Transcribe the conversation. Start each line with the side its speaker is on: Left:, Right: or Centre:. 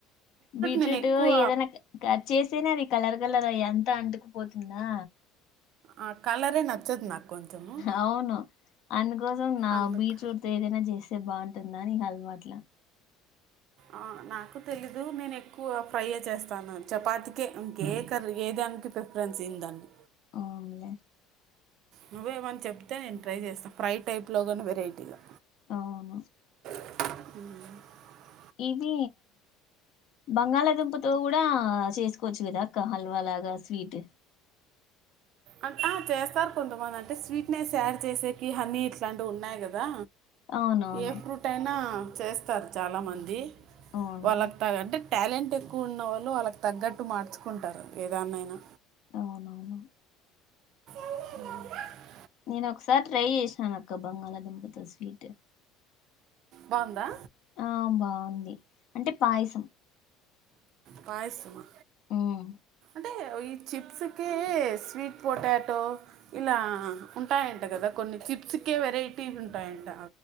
Left: బీట్రూట్
Right: నేను ఎక్కువ
Left: ఏదనా చేసేనే అది కలర్ కలర్ అయ్ అంత అంటుకుపోతు నా
Right: ఆ కలరే నచ్చదు నాకు కొంచెము
Left: అవును అందుకోసం నా
Right: అందుకు
Left: బీట్రూట్ ఏదైనా చేస్తే బాగుంటుంద ని హల్వా వాట్లా
Right: ఆ నాకు తెలీదు నేను ఎక్కువ ఫ్రై ఏయ్ చేస్తాను చపాతికే ఇంకే కర్రీ ఏద నికి ప్రిఫరెన్స్ ఈందాన్ని
Left: అవున్లే
Right: నువవోమని చెప్తే నేను ట్రై చేస్తాను ఫ్రై టైప్లో కానీ వెరైటీగా
Left: అవును
Right: ఉమ్
Left: ఇది బంగాళాదుంపుతో కూడా చేసుకోవచ్చు కదా అక్క హల్వా లాగా స్వీట్
Right: అట్లా చేస్తారు కొంతమంది అంటే స్వీట్నెస్ యాడ్ చేసేకి హనీ ఇట్లాంటివి ఉన్నాయి కదా
Left: అవునవును
Right: ఏ ఫ్రూట్ అయినా చేస్తారు చాలా మంది
Left: అవును
Right: వాళ్ళకి తగంటే ట్యాలెంట్ ఎక్కువ ఉన్న వాళ్ళు వాళ్ళకి తగ్గట్టు మార్చుకుంటారు ఏదానైనా
Left: అవునవును
Right: ఉ
Left: నేను ఒకసారి ట్రై చేసినాను అక్క బంగాళాదుంపతో స్వీట్
Right: బాగుందా
Left: ఆ బాగుంది అంటే పాయసం
Right: పాయసమా
Left: ఉమ్
Right: అంటే ఈ చిప్స్ కె స్వీట్ పొటాటో ఇలా ఉంటాయంట కదా కొ కొన్ని చిప్స్కే వెరైటీ లుంటాయంట